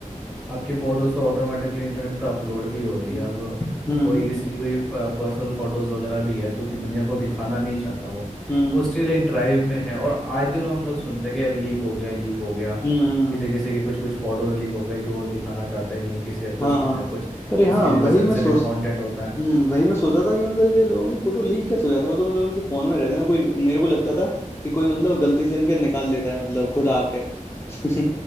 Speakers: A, in the centre; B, on the left.
A: आपकी फोटोज तो ऑटोमेटिकली इंटरनेट पे अपलोड भी हो रही है
B: हम्म
A: अब
B: हम्म
A: कोई किसी की कोई पर्सनल फोटोज वगैरह भी है जो कि दुनिया को दिखाना नहीं चाहता वो
B: हम्म
A: वो स्टिल एक ड्राइव में है और आए दिन हम लोग सुनते हैं कि यार लीक हो गया लीक हो गया
B: हम्म,
A: किसी किसी के कुछ कुछ फोटोज लीक हो गए जो दिखाना चाहते नहीं है किसी का
B: हाँ
A: कुछ किसी
B: हाँ
A: का कुछ
B: अरे हाँ
A: किसी जगह
B: वही
A: सेंसिटिव
B: मैं सोच
A: कंटेंट होता है
B: हम्म वही मैं सोचा था कि मतलब ये लोगों के फोटो लीक कैसे हो जाते हैं वो तो मतलब उनके फोन में रहते हैं कोई मेरे को लगता था कि कोई मतलब गलती से इनके निकाल लेता है मतलब खुद आके <laughs>